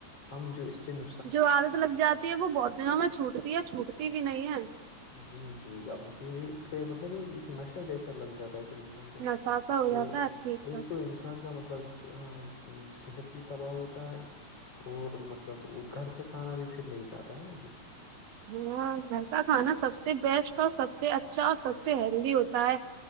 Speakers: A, on the left (about 40°); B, on the right (about 70°).
A: ہم جو اس کے ن
B: جو عادت لگ جاتی ہے وہ بہت دنوں میں چھوٹتی ہے چھوٹتی بھی نہیں ہے
A: جی جی ج آپ نے سے مطلب یہ ایک نشہ جیسا لگ جاتا ہے انسان کو
B: نشہ سا ہو
A: تو
B: جاتا ہے اچھی طرح۔
A: ایک تو انسان انسان کا مطلب صحت بھی تباہ ہوتا ہے اور مطلب وہ گھر کا کھانا بھی پھر نہیں کھاتا ہے نا جی
B: ہاں گھر کا کھانا سب سے بیسٹ اور سب سے اچھا اور سب سے ہیلدی ہوتا ہے